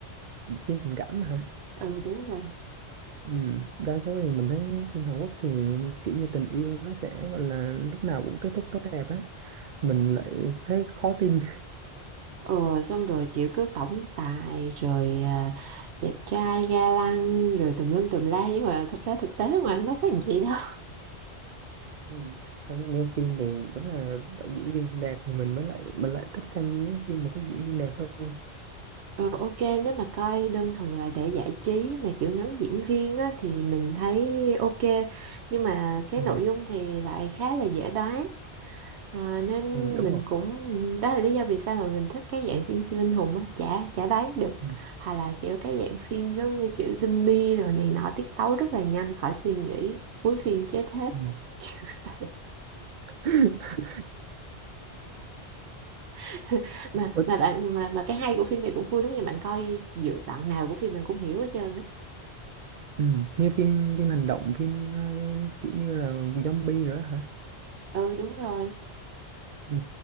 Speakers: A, on the right; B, on the right.
A: phim tình cảm hả
B: ừ đúng rồi
A: ừ. đa số thì mình thấy phim Hàn Quốc thì kiểu như tình yêu nó sẽ gọi là lúc nào cũng kết thúc tốt đẹp á mình lại thấy khó tin
B: ừ xong rồi kiểu cứ tổng tài rồi à, đẹp trai ga lăng rồi tùm lum tùm la nhưng mà thật ra thực tế ngoài nó có làm gì đâu
A: ừ. không như phim thì đúng là phải diễn viên đẹp thì mình mới lại mình lại thích xem mấy phim mà có diễn viên đẹp hơn
B: Ờ, ok nếu mà coi đơn thuần là để giải trí mà kiểu ngắm diễn viên á, thì mình thấy ok nhưng mà cái
A: ừ.
B: nội dung thì lại khá là dễ đoán Ờ, nên
A: Ừ, đúng
B: mình
A: rồi
B: cũng đó là lý do vì sao mà mình thích cái dạng phim siêu anh hùng á chả chả đoán được
A: Ừ.
B: hoặc là kiểu cái dạng phim giống như kiểu zombie rồi này nọ tiết tấu rất là nhanh khỏi suy nghĩ cuối phim chết hết
A: Ừ.
B: <laughs> Kiểu vậy.
A: <laughs>
B: <laughs> mà
A: Ủa,
B: mà bạn mà mà cái hay của phim này cũng vui lắm nha bạn coi dự đoạn nào của phim mình cũng hiểu hết trơn á
A: ừ, như phim phim hành động phim ờ, kiểu như là zombie rồi đó hả
B: ừ đúng rồi
A: ừ,